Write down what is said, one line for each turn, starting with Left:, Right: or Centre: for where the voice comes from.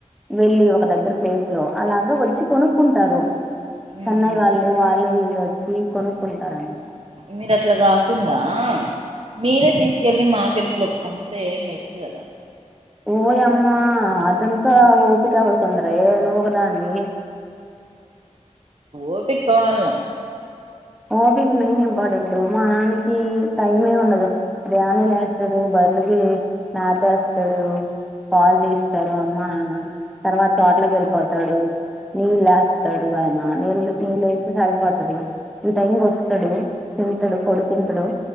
Centre: వెళ్ళి ఒక దగ్గర ప్లేస్ లో అలాగ వచ్చి కొనుక్కుంటారు చెన్నై
Right: ఉహు
Centre: వాళ్ళు వాళ్ళు వీళ్ళు వచ్చి కొనుక్కుంటారన్నమాట
Right: మీరు అట్లా కాకుండా మీరే తీసుకెళ్ళి మార్కెట్ లో అంతే బెస్ట్ కదా
Centre: ఓయ అమ్మా అదంతా ఊపిక ఎవర్కుకుంది నుఒక దానివి అ
Right: ఓపిక కావలన
Centre: ఓపిక మెయిన్ ఇంపార్ర్టెంట్ మా నాన్న కి టైమే ఉండదు ఉదయానే లేస్తాడు తల్లికి నాతో వస్తాడు పాలు తీస్తారు అమ్మ నాన్న తర్వాత తోటలోకి వెళ్ళిపోతాడు నీళ్ళు వేస్తాడు ఆయన నీళ్ళు నీళ్ళ వేస్తే సరిపోతుది ఈ టైకి వస్తాడు తింటాడు పడుకుంటాడు